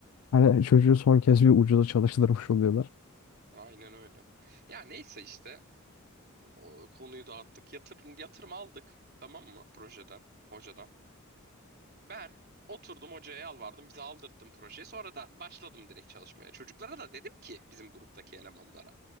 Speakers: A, on the left (about 80°); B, on the right (about 50°).
A: Hani çocuğu son kez bir ucuza çalıştırmış oluyorlar.
B: Aynen öyle. Ya neyse işte o konuyu dağıttık. Yatırım, yatırım aldık. Tamam mı projeden, hocadan? Ben oturdum hocaya yalvardım. Bize aldırttım projeyi. Sonra da başladım direkt çalışmaya. Çocuklara da dedim ki bizim gruptaki elemanlara.